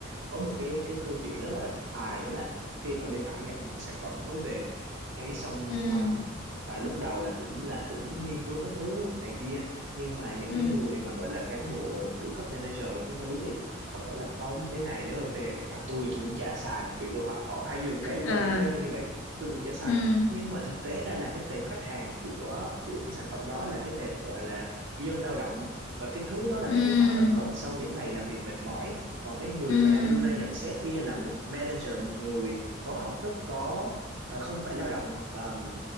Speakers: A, on the right; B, on the left.
A: có một cái cái câu chuyện đó là hài đó là khi mà bên Hải nhập một cái sản phẩm mới về cái xong
B: ừ,
A: à, à, lúc đầu là cũng là cũng nghiên cứu cái thứ này kia nhưng mà những
B: ừ.
A: cái người mà gọi là cán bộ kiểu cấp manager cái thứ thì họ bảo là không cái này nếu mà về là tôi tôi cũng chả xài kiểu của họ họ hay dùng cái
B: à
A: quan điểm cá nhân như vậy tôi cũng chả xài
B: ừ,
A: nhưng mà thực tế ra là cái tệp khách hàng của của cái sản phẩm đó là cái tệp gọi là dân lao động và cái thứ đó là
B: ừ,
A: cái thứ họ rất cần sau những ngày làm việc mệt mỏi còn cái người
B: ừ,
A: mà đang đưa ra nhận xét kia là một manager một người có học thức có ờ, không phải lao động ờm,